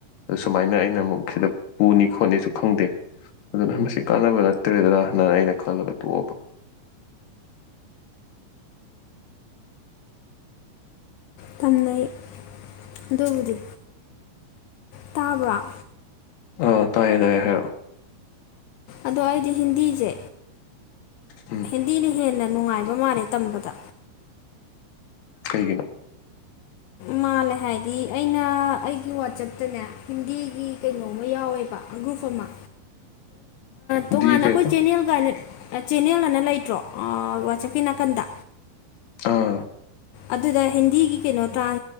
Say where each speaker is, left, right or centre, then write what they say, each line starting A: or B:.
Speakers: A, on the left; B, on the left.
A: ꯑ ꯁꯨꯃꯥꯏꯅ ꯑꯩꯅ ꯑꯃꯨꯛ ꯁꯤꯈꯤꯗ ꯄꯨꯅꯤ ꯈꯣꯠꯅꯤꯁꯨ ꯈꯪꯗꯦ ꯑꯗꯨꯅ ꯃꯁꯤ ꯀꯥꯟꯅꯕ ꯅꯠꯇ꯭ꯔꯦꯗꯅ ꯍꯅ ꯑꯩꯅ ꯈꯜꯂꯒ ꯇꯣꯛꯑꯕ
B: ꯊꯝꯅꯩ ꯑꯗꯨꯕꯨꯗꯤ ꯇꯥꯕ꯭ꯔꯥ
A: ꯑ ꯇꯥꯏꯌꯦ ꯇꯥꯏꯌꯦ ꯍꯥꯏꯔꯛꯑꯣ
B: ꯑꯗꯣ ꯑꯩꯗꯤ ꯍꯤꯟꯗꯤꯁꯦ
A: ꯎꯝ
B: ꯍꯤꯟꯗꯤꯅ ꯍꯦꯟꯅ ꯅꯨꯡꯉꯥꯏꯕ ꯃꯥꯜꯂꯦ ꯇꯝꯕꯗ
A: ꯀꯩꯒꯤꯅꯣ
B: ꯃꯥꯜꯂꯦ ꯍꯥꯏꯗꯤ ꯑꯩꯅ ꯑꯩꯒꯤ ꯋꯥꯆꯞꯇꯅꯦ ꯍꯤꯟꯗꯤꯒꯤ ꯀꯩꯅꯣꯃ ꯌꯥꯎꯋꯦꯕ ꯑꯒ꯭ꯔꯨꯞ ꯑꯃ
A: ꯍꯤꯟꯗꯤꯒꯤ
B: ꯇꯣꯉꯥꯟꯅ
A: ꯀꯩꯕ
B: ꯑꯩꯈꯣꯏ ꯆꯦꯟꯅꯦꯜ ꯀꯥꯏꯅ ꯆꯦꯟꯅꯦꯜ ꯑꯅ ꯂꯩꯇ꯭ꯔꯣ ꯋꯥꯆꯞꯀꯤ ꯅꯥꯀꯟꯗ
A: ꯑꯥ
B: ꯑꯗꯨꯗ ꯍꯤꯟꯗꯤꯒꯤ ꯀꯩꯅꯣ ꯇ꯭ꯔꯥꯟ